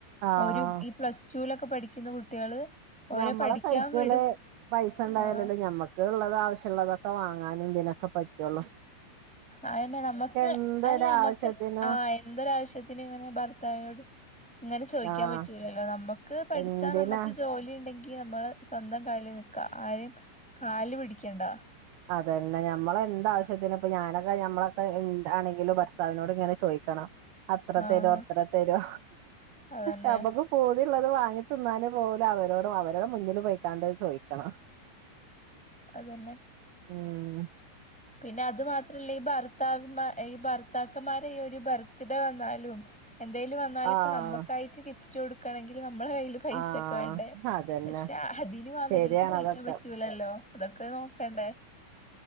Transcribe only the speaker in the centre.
ഒരു ഈ പ്ലസ് റ്റു ലൊക്കെ പഠിക്കുന്ന കുട്ടികള് ഓരെ
പഠിക്കാൻ
വിടും
ആ
അഎന്നെ ന്നമ്മക്ക്
അഅല്ല അമ്മക്ക് ആ എന്തൊരാവശ്യത്തിന് ഇങ്ങനെ ഭർത്താവിനോട് ങ്ങനെ ചോയ്ക്കാം
പറ്റൂലല്ലോ ന്നമ്മക്ക് പഠിച്ചാ
ന്നമ്മക്ക് ജോലി ണ്ടെങ്കി ങ്കി ഞമ്മളെ സ്വന്തം കാലില് ന്ന്ക്ക ആര്യം കാൽല് പിടിക്കണ്ട
ആഹ്
അതന്നെ
അതെന്നെ
പിന്നെ അത് മാത്രല്ല ഈ ഭർത്താവ് മാ ഈ ഭർത്താക് ക്കന്മാരെ ഈ ഒരു ബർത്ത് ഡേ വന്നാലും എന്തേലും വന്നാലൊക്കെ
ന്നമ്മക്കായിറ്റ് ഗിഫ്റ്റ് കൊട്ക്കണങ്കിൽ ന്നമ് മ്മളെ കയ്ൽ പൈസൊക്കെ
വേണ്ടേ
പക്ഷെ അതിന് അവരെ
ട്ത്ത് ചോയിക്കാം
പറ്റൂലല്ലോ അതൊക്കെ നോക്കണ്ടേ